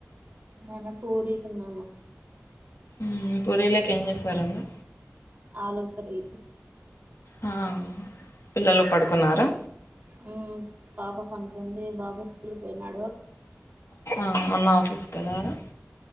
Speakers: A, on the right; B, on the left.
A: మన పూరి తిన్నాను.
B: మ్ పురిలకి ఏం చేశారు అండి
A: ఆలూ కర్రీ.
B: హ పిల్లలు పడుకున్నారా
A: హుమ్ పాప పనుకుంది, బాబు స్కూల్కి పోయినాడు.
B: ఆ అన్న ఆఫీస్ కెళ్ళారా